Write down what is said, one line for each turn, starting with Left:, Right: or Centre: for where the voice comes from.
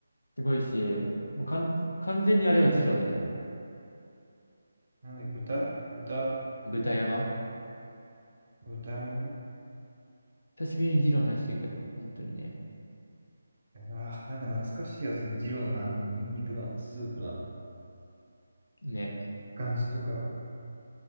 Left: すごいし、もうかん完全にあれは二郎だね。
Right: なんだっけ、豚豚
Left: 豚山。
Right: 豚山ね。
Left: 久しぶりに二郎話してるけど、本当にね。
Right: あー、なんか懐かしいやつね、二郎のあのニンニクのスープの
Left: ね。
Right: 感じとか、